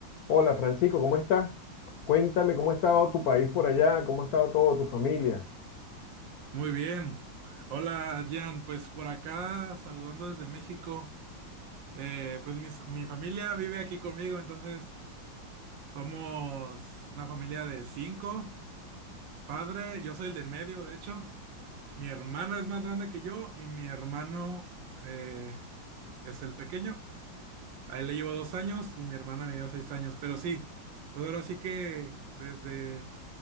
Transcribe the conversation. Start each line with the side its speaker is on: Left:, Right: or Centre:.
Left: Hola Francisco, ¿cómo estás? Cuéntame cómo ha estado tu país por allá, cómo ha estado toda tu familia.
Right: Muy bien. Hola, Jan. Pues por acá, saludando desde México. Eh, pues mis- mi familia vive aquí conmigo, entonces somos una familia de cinco. Padre, yo soy el del medio, de hecho. Mi hermana es más grande que yo y mi hermano eh, es el pequeño. A él le llevo dos años y mi hermana me lleva seis años. Pero sí, pues ahora sí que desde